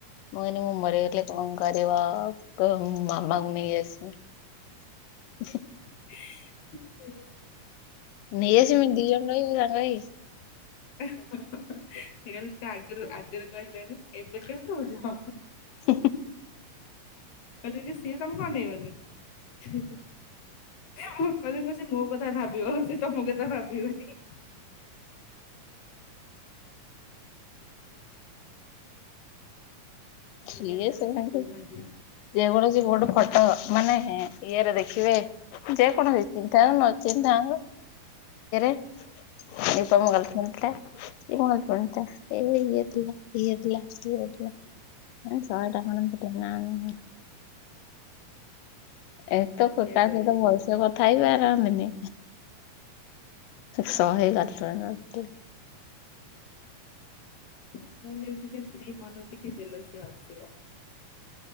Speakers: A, on the left (about 85°); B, on the left (about 70°).
A: ମୁଁ କିନି ମୁଁ ମାରିବାକୁ ଯାଇଥିଲି ତମ ଘରେ ବାହା ହବାକୁ କହିଲେ ମୁଁ ମାମାକୁ ନେଇ ଆସି ହ
B: ହୁଁ।
A: ନେଇ ଆସିମି ଦି ଜଣ ରହିବୁ ସାଙ୍ଗ ହେଇକି।
B: ସେ କହିଲେ ଟିକେ ଆଗରୁ ଆଗରୁ କହିଲନି ଏବେ କାହିଁ କହୁଛ।
A: ହ
B: କହିଲନି ସିଏ ତମକୁ ଅନେଇବନି। ସେ ହଁ କହିଦବ ସେ ମୋ କଥା ଭାବିବ ସେ ତମ କଥା ଭାବିବନି।
A: କିଏ
B: ଏଇଆ ତାହେଲେ
A: ଶୁଣୁଚି।
B: ସେ କୁହନ୍ତି ଏଇଆ
A: ଯେକୌଣସି ଗୋଟେ ଫଟ ମାନେ ହେଁ ଇଏରେ ଦେଖିବେ ଯେକୌଣସି ଚିହିଁଥାନ୍ତୁ ନ ଚିହିଁଥାନ୍ତୁ ନ୍ତୁ ରେ ଏଇ ଟା ମୋ ଗଲଫ୍ରେଣ୍ଡ୍ ଟା। ଏଇ ମୋ ଗଲଫ୍ରେଣ୍ଡ୍ ଟା ଏ ଇଏ ଥିଲା ଇଏ ଥିଲା। ଥିଲା ନା ଶହେ ଟଙ୍କାର ତ ମୁଁ କେବେ ଆଣିନି। <unintelligible> ସେ କଥା
B: କହିବେ
A: ହେଇପିନ୍ତିନି ଶହେ <unintelligible>
B: ନାଇଁ ନାଇଁ ଟିକେ ସ୍ତ୍ରୀ ମନରେ ଟିକେ ଜେଲସି ଆସିବ।